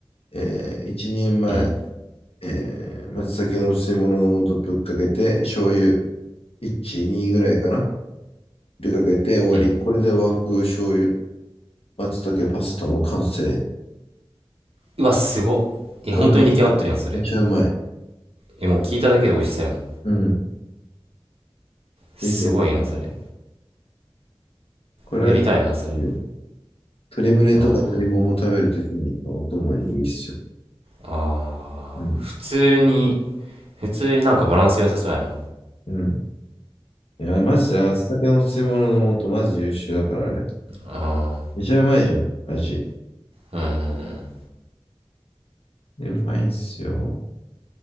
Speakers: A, on the left; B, on the right.
A: えー、一人前、
B: うん、
A: えー、松茸の吸い物の素ぶっかけて、醤油1、2ぐらいかな。ぶっかけて終わり。
B: うん。
A: これで和風醤油、松茸パスタの完成。
B: うわ、すごっ。え、
A: これめちゃ、
B: 本当に出来上がってるやん、それ。
A: めちゃうまい。
B: え、もう聞いただけで美味しそうやもん。
A: うん。
B: すごいな、
A: ぜひやってみて。
B: それ。
A: これはいいよ。
B: やりたいな、それ。
A: 鶏胸とか鶏もも食べるときのお供にいいっすよ。
B: あー、あー、
A: うん。
B: 普通に、普通になんかバランス良さそうやな。
A: うん。いや、マジで、松茸の吸い物の素、マジ優秀だから、あれ。
B: あ
A: めちゃうまいじゃん、味。
B: ー、うーん。
A: で、うまいんすよ。